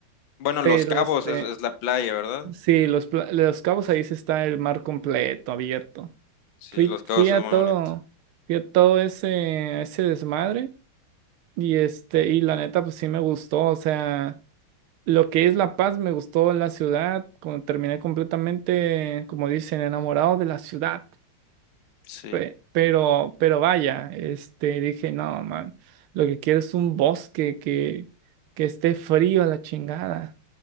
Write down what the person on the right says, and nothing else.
pero
este.
Sí, los, pla- los cabos ahí sí está el mar completo, abierto.
Fui,
fui a
todo,
fui a todo ese, ese desmadre y este, y la neta, pues sí me gustó. O sea, lo que es La Paz, me gustó la ciudad. como terminé completamente, como dicen, enamorado de la ciudad.
Pe- pero, pero vaya, este, dije, no, man, lo que quiero es un bosque que, que esté frío a la chingada.